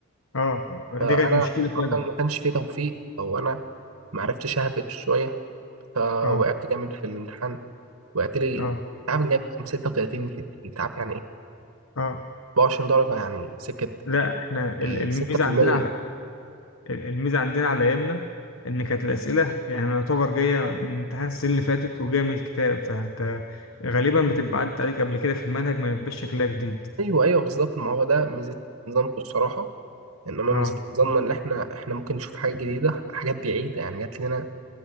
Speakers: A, on the left (about 65°); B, on the right (about 75°).
A: اه
B: فانا
A: دي كانت مشكلة
B: ما
A: فعلا
B: كان ما كانش فيه توفيق او انا ما عرفتش اهبط شويه فوقعت
A: اه
B: جامد في الامتحان وقعت لي
A: اه
B: تعرف جايب كام 36 من 60 تعرف يعني ايه
A: اه
B: 24 درجه يعني سكه
A: لا احنا ال-
B: آه،
A: الميزه
B: 6%
A: عندنا على الميزه عندنا على ايامنا ان كانت الاسئله يعني يعتبر جايه من امتحان السنه اللي فاتت وجايه من الكتاب فانت غالبا بتبقى عدت عليك قبل كده في المنهج ما يبقاش شكلها جديد
B: ايوه ايوه بالظبط ما هو ده ميزه نظامكم الصراحه انما
A: اه
B: ميزه نظامنا ان احنا احنا ممكن نشوف حاجه جديده حاجات بعيده يعني جات لنا